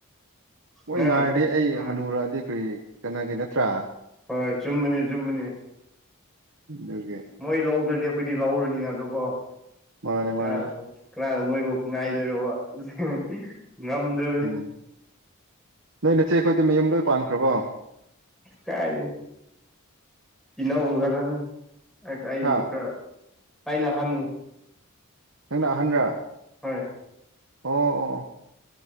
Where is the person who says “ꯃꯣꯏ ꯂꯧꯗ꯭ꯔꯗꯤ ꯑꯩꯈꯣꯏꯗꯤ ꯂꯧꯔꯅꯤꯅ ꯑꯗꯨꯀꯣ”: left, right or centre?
Centre